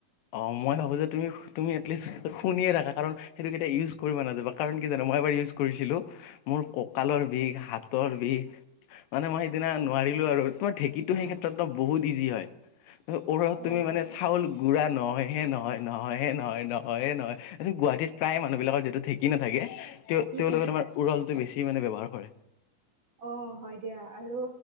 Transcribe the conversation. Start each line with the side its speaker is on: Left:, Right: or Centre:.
Left: অ', মই ভাবোঁ যে তুমি তুমি এটলিষ্ট শুনিয়ে থাকা। কাৰণ সেইটো কেতিয়া ইউজ কৰিব নাযাবা কাৰণ কি জানা মই এবাৰ ইউজ কৰিছিলো। মোৰ কঁকালৰ বিষ হাতৰ বিষ মানে মই সেইদিনা নোৱাৰিলো আৰু তোমাৰ ঢেকীটো সেই ক্ষেত্ৰত বহুত ইজি হয়। ওপৰত
Right: উম
Left: তুমি মানে চাউল নহয় হে, নহয়। নহয় হে, নহয়। নহয়ে। নহয়। গুৱাহাটীত প্ৰায় মানুহ বিলাকৰ যিহেতু ঢেকি নাথাকে। তেওঁ তেওঁলোকে
Right: উম
Left: তোমাৰ উৰলটো বেছি মানে ব্যৱহাৰ কৰে।
Right: অ', হয়। দিয়া আৰু